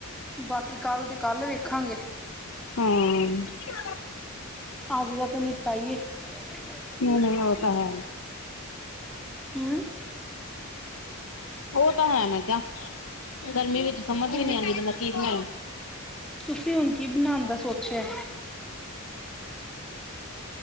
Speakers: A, in the centre; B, on the left.
A: ਬਾਕੀ ਕੱਲ ਦੀ ਕੱਲ ਵੇਖਾਂਗੇ।
B: ਹਾਂ।
A: ਅੱਜ ਦਾ ਤੇ ਨਿਪਟਾਈਏ। ਨਹੀਂ ਪ
B: ਨਇ ਨਇ ਔ ਤਾਂ ਹੈ।
A: ਹੂੰ।
B: ਔ ਤਾਂ ਹੈ ਮੈਂ ਕਿਆ ਗਰਮੀ ਵਿੱਚ ਸਮਝ
A: ਹੋਰ
B: ਵੀ ਨੀ ਆੰਦੀ ਬੰਦਾ ਕੀ ਬਣਾਏ।
A: ਤੁਸੀਂ ਹੁਣ ਕੀ ਬਣਾਣ ਦਾ ਸੋਚਿਐ?